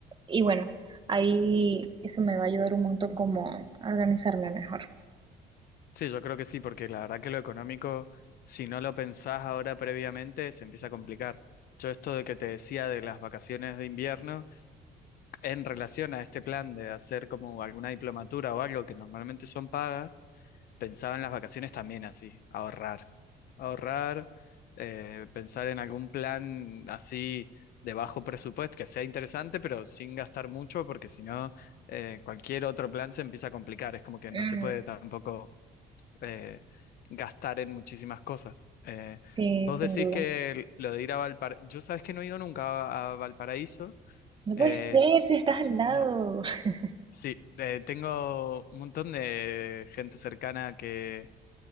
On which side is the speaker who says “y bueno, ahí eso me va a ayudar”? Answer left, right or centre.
Right